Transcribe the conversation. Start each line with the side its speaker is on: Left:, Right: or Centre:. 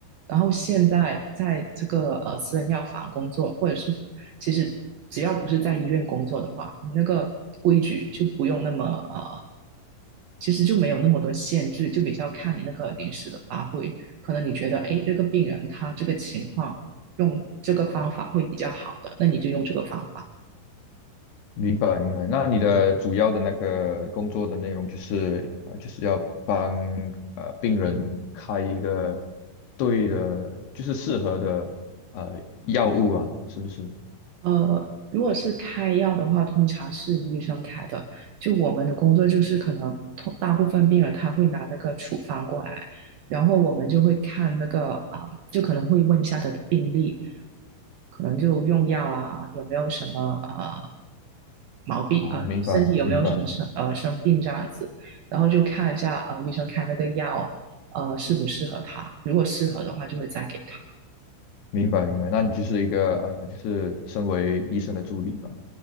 Right: 然后现在在这个呃私人药房工作，或者是其实只要不是在医院工作的话，你那个规矩就不用那么呃，其实就没有那么多限制，就比较看你那个临时的发挥。可能你觉得，哎，这个病人他这个情况用这个方法会比较好的，那你就用这个方法。
Left: 明白明白。那你的主要的那个工作的内容就是呃就是要帮呃病人开一个对的，就是适合的呃药物啊，是不是？
Right: 呃，如果是开药的话，通常是医生开的。就我们的工作就是可能通大部分病人他会拿那个处方过来，然后我们就会看那个啊、就可能会问一下他的病历，可能就用药啊，有没有什么呃毛病啊、
Left: 啊，
Right: 呃身体有没有什么生呃生病这样子，
Left: 明白，明白，
Right: 然后就看一下呃医生开那个药呃适不适合他，如果适合的话就会再给他。
Left: 明白，明白。那你就是一个呃，就是身为医生的助理吧，